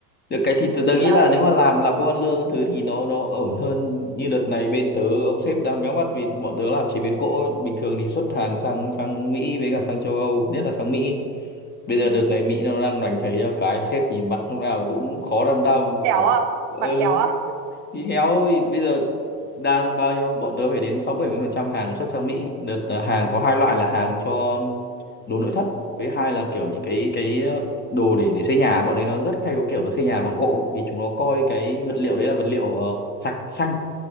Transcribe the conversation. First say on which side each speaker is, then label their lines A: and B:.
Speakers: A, on the left; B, on the right.
A: được cái thì tớ, tớ nghĩ
B: Đấy.
A: là nếu mà làm làm công ăn lương cái thứ thì nó nó ổn hơn như đợt này bên tớ ông sếp đang méo mắt vì bọn tớ làm chế biến gỗ ấy. bình thường thì xuất hàng sang sang Mỹ với cả sang châu Âu nhất là sang Mỹ bây
B: Ừ.
A: giờ đợt này Mỹ nó đang đánh thuế cho cái sếp nhìn mặt lúc nào cũng khó đăm đăm
B: héo
A: khổ
B: à
A: ờ
B: mặt héo à
A: thì héo vì bây giờ đang bao nhiêu bọn tớ phải đến sáu bảy mươi phần trăm hàng xuất sang Mỹ đợt là hàng có hai loại là hàng cho đồ nội thất với hai là kiểu những cái cái ờ, đồ để để xây nhà bọn ấy nó rất hay có kiểu nó xây nhà bằng gỗ vì chúng nó coi cái vật liệu đấy là vật liệu ờ, sạch xanh